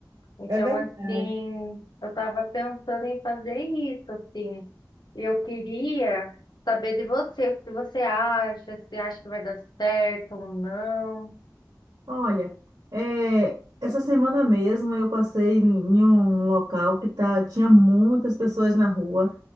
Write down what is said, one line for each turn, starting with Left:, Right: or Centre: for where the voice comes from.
Left: Então,
Right: é verdade.
Left: assim, eu estava pensando em fazer isso, assim. Eu queria saber de você, o que você acha, se acha que vai dar certo ou não.
Right: Olha, é, essa semana mesmo eu passei em um local que tá, tinha muitas pessoas na rua.